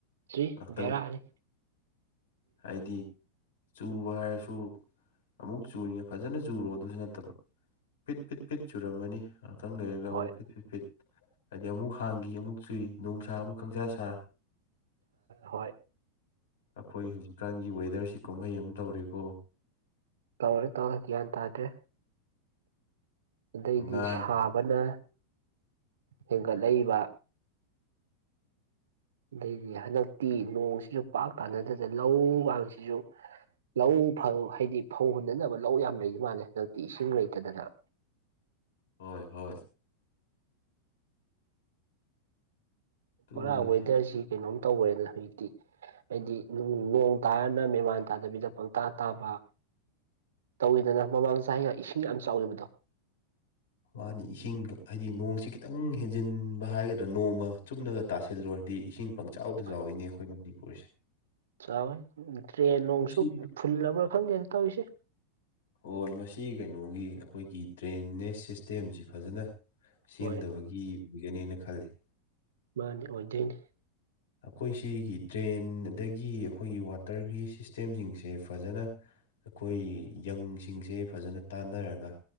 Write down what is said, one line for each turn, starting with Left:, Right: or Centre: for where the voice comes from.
Right: ꯆꯨꯏ
Left: ꯉꯥꯏꯍꯥꯛꯇꯪ
Right: ꯚꯦꯔꯥ ꯅꯤ
Left: ꯍꯥꯏꯗꯤ ꯆꯨꯕ ꯍꯥꯏꯔꯁꯨ ꯑꯃꯨꯛ ꯆꯨꯔꯤꯉꯩ ꯐꯖꯅ ꯆꯨꯔꯣ ꯑꯗꯨꯁꯨ ꯅꯠꯇꯕ ꯄꯤꯠ ꯄꯤꯠ ꯄꯤꯠ ꯆꯨꯔꯝꯃꯅꯤ ꯉꯥꯏꯍꯥꯛꯇꯪ ꯂꯩꯔꯒ
Right: ꯍꯣꯏ
Left: ꯑꯃꯨꯛ ꯐꯤꯠ ꯐꯤꯠ ꯐꯤꯠ ꯍꯥꯏꯗꯤ ꯑꯃꯨꯛ ꯍꯥꯡꯈꯤ ꯑꯃꯨꯛ ꯆꯨꯏ ꯅꯣꯡꯁꯥ ꯑꯃꯨꯛ ꯀꯪꯁꯥ ꯁꯥ
Right: ꯍꯣꯏ
Left: ꯑꯩꯈꯣꯏ ꯍꯧꯖꯤꯛꯀꯥꯟꯒꯤ ꯋꯦꯗꯔꯁꯤ ꯀꯨꯝꯍꯩ ꯑꯃ ꯇꯧꯔꯦꯀꯣ
Right: ꯇꯧꯔꯦ ꯇꯧꯔ‌ꯦ ꯒ꯭ꯌꯥꯟ ꯇꯥꯗ꯭ꯔꯦ ꯑꯗꯩꯗꯤ
Left: ꯉꯥꯅ
Right: ꯁꯥꯕꯅ ꯍꯦꯟꯒꯠꯂꯛꯏꯕ ꯑꯗꯩꯗꯤ ꯍꯟꯗꯛꯇꯤ ꯅꯣꯡꯁꯤꯁꯨ ꯄꯥꯛ ꯍꯟꯗꯗꯅ ꯂꯧ ꯀꯥꯡꯁꯤꯁꯨ ꯂꯧ ꯐꯧ ꯍꯥꯏꯗꯤ ꯐꯧ ꯍꯨꯟꯅꯅꯕ ꯂꯧ ꯌꯥꯝ ꯂꯩꯈꯤ ꯃꯥꯜꯂꯦ ꯍꯟꯗꯛꯇꯤ ꯏꯁꯤꯡ ꯂꯩꯇꯗꯅ
Left: ꯍꯣꯏ ꯍꯣꯏ ꯑꯗꯨꯅꯤꯅꯦ
Right: ꯄꯨꯔꯥ ꯋꯦꯗꯔꯁꯤ ꯀꯩꯅꯣꯝ ꯇꯧꯒ꯭ꯔ‌ꯦꯗ ꯍꯧꯖꯤꯛꯇꯤ ꯍꯥꯏꯗꯤ ꯅꯣꯡ ꯇꯥꯔꯅ ꯃꯦꯃꯥꯟ ꯇꯥꯗꯕꯤꯗ ꯄꯪꯇꯥ ꯇꯥꯕ ꯇꯧꯋꯤꯗꯅ ꯃꯃꯥꯡ ꯆꯍꯤꯒ ꯏꯁꯤꯡ ꯌꯥꯝ ꯆꯥꯎꯒꯤꯕꯗꯣ
Left: ꯃꯥꯅꯤ ꯏꯁꯤꯡ ꯍꯥꯏꯗꯤ ꯅꯣꯡꯁꯤ ꯈꯤꯇꯪ ꯍꯦꯟꯖꯤꯟꯕ ꯍꯥꯏꯒꯗ꯭ꯔꯥ ꯅꯣꯡꯃ ꯆꯨꯝꯅꯒ ꯇꯁꯤꯜꯂꯨꯔꯗꯤ ꯏꯁꯤꯡ ꯄꯪ ꯏꯆꯥꯎꯗ
Right: ꯍꯣꯏ
Left: ꯆꯥꯎꯏꯅꯦ ꯑꯩꯈꯣꯏ ꯃꯅꯤꯄꯨꯔꯁꯦ
Right: ꯆꯥꯎꯋꯦ ꯗ꯭ꯔꯦꯟ ꯅꯣꯡꯁꯨ
Left: ꯃꯁꯤ
Right: ꯐꯨꯜꯂꯕ꯭ꯔꯥ ꯈꯪꯗꯦꯗ ꯇꯧꯔꯤꯁꯦ
Left: ꯍꯣꯏ ꯃꯁꯤ ꯀꯩꯅꯣꯒꯤ ꯑꯩꯈꯣꯏꯒꯤ ꯗ꯭ꯔꯦꯟꯅ‌ꯦꯁ ꯁꯤꯁꯇꯦꯝꯁꯤ ꯐꯖꯅ ꯁꯦꯝꯗꯕꯒꯤ
Right: ꯍꯣꯏ
Left: ꯑꯣꯏꯒꯅꯦꯅ ꯈꯜꯂꯤ
Right: ꯃꯥꯅꯤ ꯑꯣꯏꯗꯣꯏꯅꯤ
Left: ꯑꯩꯈꯣꯏ ꯁꯤꯒꯤ ꯗ꯭ꯔꯦꯟ ꯑꯗꯒꯤ ꯑꯩꯈꯣꯏꯒꯤ ꯋꯥꯇꯔꯒꯤ ꯁꯤꯁꯇꯦꯝꯁꯤꯡꯁꯦ ꯐꯖꯅ ꯑꯩꯈꯣꯏ ꯌꯪꯁꯤꯡꯁꯦ ꯐꯖꯅ ꯇꯥꯟꯅꯔꯒ